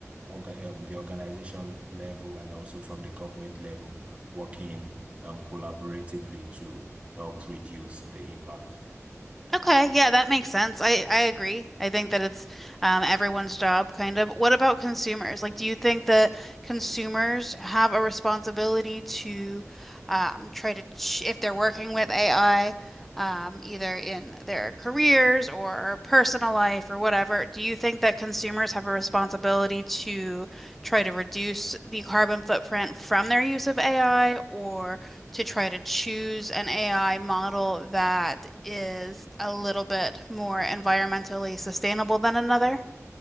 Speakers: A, on the right (about 25°); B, in the centre.
A: orga um, the organization level and also from the government level working um, collaboratively to help reduce the impact.
B: Okay, yeah, that makes sense. I I agree. I think that it's um, everyone's job, kind of. What about consumers? Like, do you think that consumers have a responsibility to um, try to, ch if they're working with AI, um, either in their careers or personal life or whatever, do you think that consumers have a responsibility to try to reduce the carbon footprint from their use of AI, or to try to choose an AI model that is a little bit more environmentally sustainable than another.